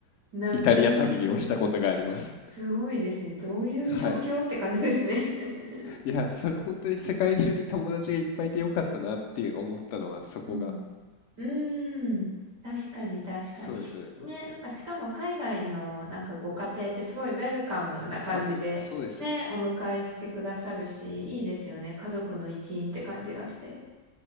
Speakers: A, on the right (about 80°); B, on the left (about 70°).
A: な、
B: イタリア旅をしたことがあります。
A: どういう、すごいですね。どういう状況って感じですね。
B: はい。
A: <laughs>
B: いや、それ本当に世界中に友達がいっぱいいてよかったなって思ったのはそこが。
A: うん。うーん。確かに、確かに。
B: そうですね。
A: しね、なんかしかも海外のなんかご家庭ってすごいウェルカムな感じで、
B: 多分、そうですよね。
A: ね、お迎えしてくださるし、いいですよね。家族の一員って感じがして。